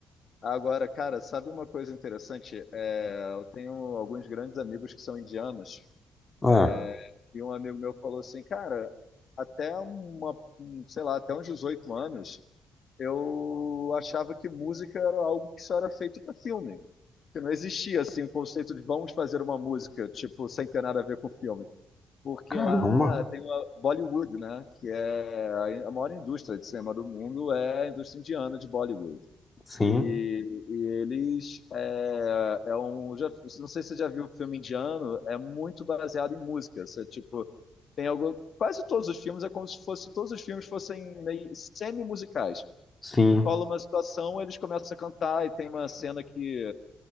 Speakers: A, on the left; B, on the left.
A: Agora, cara, sabe uma coisa interessante? É, eu tenho alguns grandes amigos que são indianos,
B: Ah,
A: é, e um amigo meu falou assim, cara, até uma, um, sei lá, até uns 18 anos, eu achava que música era algo que só era feito para filme. Que não existia assim o conceito de vamos fazer uma música, tipo, sem ter nada a ver com filme. Porque
B: caramba.
A: lá tem uma Bollywood, né, que é a a maior indústria de cinema do mundo, é a indústria indiana de Bollywood.
B: Sim,
A: E, e eles é, é um já, não sei se você já viu o filme indiano é muito baseado em música você tipo tem algo quase todos os filmes é como se fosse todos os filmes fossem meio semi musicais
B: sim.
A: rola uma situação eles começam a cantar e tem uma cena que